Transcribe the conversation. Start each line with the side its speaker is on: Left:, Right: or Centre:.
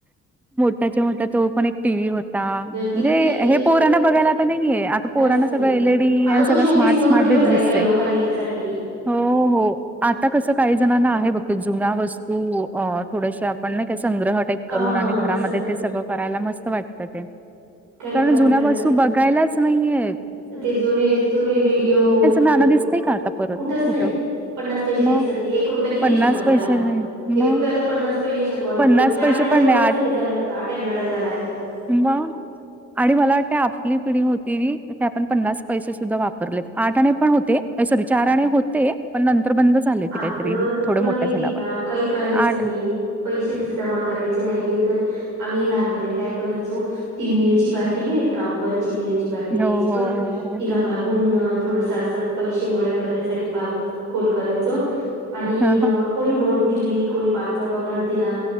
Centre: त्याच्या म तो पण एक टीव्ही होता म्हणजे
Right: किती ते
Centre: हे पोरांना बघायला आता नाहीय आता पोरांना
Right: काहीच नाहीये
Centre: सगळं एल डी
Right: अगं तो
Centre: सगळं
Right: शोपीस
Centre: स्मार्ट
Right: म्हणून
Centre: स्मार्टच
Right: ठेवलाय
Centre: डीजीच
Right: काही
Centre: आहे
Right: लोकांनी तसा टीव्ही
Centre: हो हो. आता कसं काही जणांना आहे बघ ते जुन्या वस्तू अ थोडेशया आपण नाही काय संग्रह टाइप
Right: ह
Centre: करून
Right: हा
Centre: आणि घरामध्ये
Right: तसं कर
Centre: ते सगळं करायला मस्त वाटतं ते.
Right: काही
Centre: कारण
Right: लोकांकडे
Centre: जुन्या वस्तू
Right: राहतं
Centre: बघायलाच नाहीये.
Right: ते जुने जुने रेडिओ ते ठेवलेत
Centre: नाणं दिसतंय का आता परत
Right: कुठच
Centre: कुठं?
Right: नाही. पन्नास पैशे
Centre: मग
Right: दिसत नाही एक रुपया किती
Centre: पन्नास
Right: छोटा झाला
Centre: पैसे नाही मग
Right: एक रुपया आता पन्नास पैने शे कॉल
Centre: पन्नास
Right: कॉइन चारण्याच्या
Centre: पैसे पण नाही
Right: कॉइनसारखे झालाय तो आट्याना एवढा झालाय आता तो.
Centre: म आणि मला वाटतें आपली पिढी होती ती ते आपण पन्नास पैसे सुद्धा वापरलेत आठाणे पण होते सॉरी चाराणे होते पण नंतर बंद झाले होते
Right: अगं
Centre: काहीतरी थोडे
Right: तुला माहिती
Centre: मोठ्या झाल्यावर
Right: का काही कळायचं
Centre: आठ
Right: नाही पैशेच जमा करायचे राहिली तर आम्ही लहानपणी काय करायचो ती निळची बाटली नाही येत कांबरची निळ ची बाटली
Centre: हो
Right: यायची बघ
Centre: हो हो हो
Right: तिला माघून थोडसा असं पैशे गोळ्या करण्यासाठी पारून होल करायचो आणि
Centre: ह ह
Right: कोणी नोट दिली कोणी पाचचा डॉलर दिला